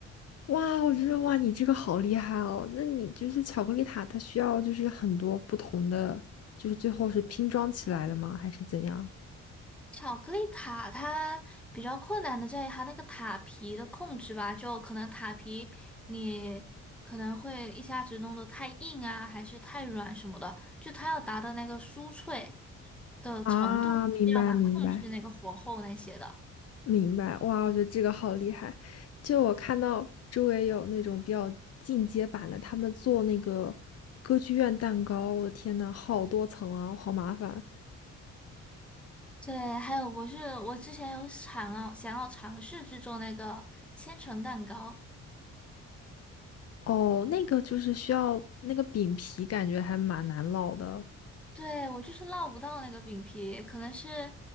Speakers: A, on the left; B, in the centre.
A: 哇，我觉得哇，你这个好厉害哦！那你就是巧克力塔，它需要就是很多不同的，就是最后是拼装起来的吗？还是怎样？
B: 巧克力塔它比较困难的在于它那个塔皮的控制吧，就可能塔皮你可能会一下子弄得太硬啊，还是太软什么的，就它要达到那个酥脆的程度，
A: 啊，
B: 是要蛮控制那个火候那些的。
A: 明白明白。明白，哇，我觉得这个好厉害。就我看到周围有那种比较进阶版的，他们做那个歌剧院蛋糕，我的天呐，好多层啊，好麻烦。
B: 对，还有我是我之前有想要想要尝试制作那个千层蛋糕，
A: 哦，那个就是需要那个饼皮，感觉还蛮难烙的。
B: 对，我就是烙不到那个饼皮，可能是，